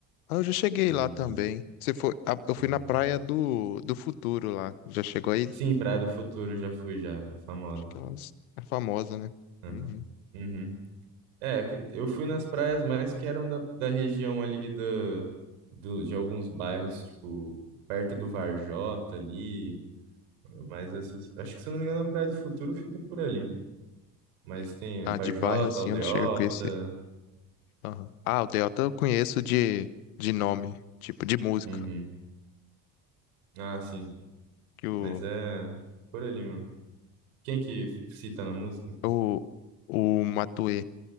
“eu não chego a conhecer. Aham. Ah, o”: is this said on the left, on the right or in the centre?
Left